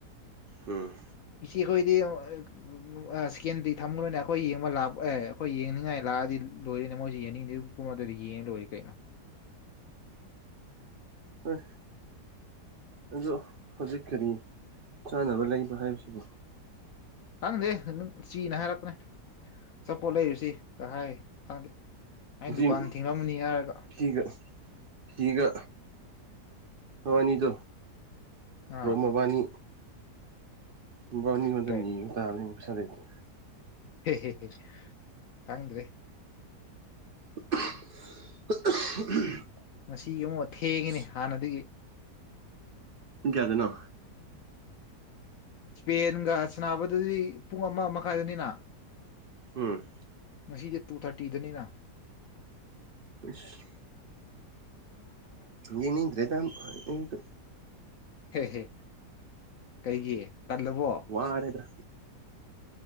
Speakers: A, on the right; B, on the left.
A: ꯎꯝ
B: ꯉꯁꯤꯈꯣꯏꯗꯤ ꯉꯦꯡꯑꯣ ꯑ ꯑ ꯏꯁꯀꯦꯟꯗꯤ ꯊꯝꯈꯣꯏꯅꯦ ꯑꯩꯈꯣꯏ ꯌꯦꯡꯕ ꯂꯥꯛꯄ ꯑꯦ ꯑꯩꯈꯣꯏ ꯌꯦꯡꯅꯤꯡꯉꯥꯏ ꯂꯥꯛꯑꯗꯤ ꯂꯣꯏꯔꯤꯅꯦ ꯃꯣꯏꯁꯨ ꯌꯦꯡꯅꯤꯡꯗꯦ ꯨꯄꯨꯡ ꯑꯃ ꯗꯨꯗ ꯌꯦꯡ ꯂꯣꯏꯔꯦ ꯀꯩꯅꯣ
A: ꯎꯝ ꯑꯗꯣ ꯍꯧꯖꯤꯛ ꯀꯔꯤ ꯆꯥꯟꯅꯕ ꯂꯩꯕ ꯍꯥꯏꯕꯁꯤꯕꯣ
B: ꯇꯥꯡꯗꯦ ꯑꯗꯨ ꯆꯤꯅ ꯍꯥꯏꯔꯛꯄꯅꯦ ꯆꯥꯄꯣꯠ ꯂꯩꯔꯨꯁꯤ ꯒꯍꯥꯏꯥ ꯈꯪꯗꯦ ꯑꯩ
A: ꯑꯗꯨꯒ
B: ꯗꯨꯀꯥꯟ ꯊꯤꯡꯂꯝꯃꯅꯤ ꯍꯥꯏꯔꯒ
A: ꯆꯤꯒ ꯁꯤꯒ ꯃꯕꯥꯅꯤꯗꯣ
B: ꯑꯥ
A: ꯔꯣꯝ ꯃꯕꯥꯅꯤ ꯅꯕꯅꯤꯒꯣꯟꯗ
B: ꯀꯩ
A: ꯅꯤꯕꯅꯦꯇ ꯄꯩꯁꯥꯂꯩꯇꯦ
B: ꯍꯦ ꯍꯦ ꯍꯦ ꯈꯪꯗ꯭ꯔꯦ
A: <unintelligible>
B: ꯉꯁꯤ ꯑꯃꯨꯛ ꯊꯦꯡꯉꯦꯅꯦ
A: ꯑꯁ
B: ꯍꯥꯟꯅꯗꯒꯤ
A: ꯄꯨꯡ ꯀꯌꯥꯗꯅꯣ
B: ꯏꯁꯄꯦꯟꯒ ꯁꯥꯟꯅꯕꯗꯨꯗꯤ ꯄꯨꯡ ꯑꯃ ꯃꯈꯥꯏꯗꯅꯤꯅ
A: ꯎꯝ
B: ꯉꯁꯤꯗꯤ ꯇꯨ ꯊꯥꯔꯇꯤꯗꯅꯤꯅ
A: ꯏꯁ
B: <inaudible>
A: ꯌꯦꯅꯤꯗ꯭ꯔꯦꯗ ꯎꯝ ꯑꯩꯗꯣ
B: ꯍꯦ ꯍꯦ ꯀꯩꯒꯤ ꯇꯜꯂꯕꯣ
A: ꯋꯥꯔꯦꯗ